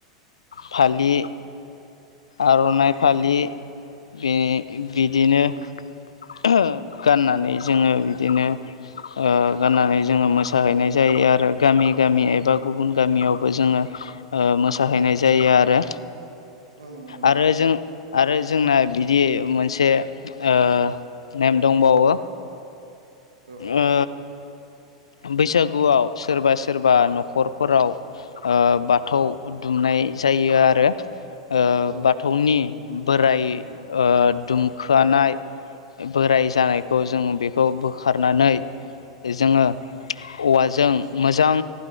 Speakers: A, on the left; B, on the right.
A: फालि आर'नाइ फालि बि बिदिनो ओहो गाननानै जोङो बिदिनो ओ गाननानै जोङो मोसाहैनाय जायो आरो गामि गामि एबा गुबुन गामियावबो जोङो ओ मोसाहैनाय जायो आरो।
B: औ नोंगौ नोंथां।
A: आरो जों आरो जोंना बिदि मोनसे ओ नेम दंबावो।
B: औ
A: ओ बैसागुआव सोरबा सोरबा न'खरफोराव ओ बाथौ दुमनाय जायो आरो। ओ
B: औ नंगौ
A: बाथौनि बोराइ ओ दुमखोआनाय बोराय जानायखौ जों बेखौ बोखारनानै जोङो औवाजों मोजां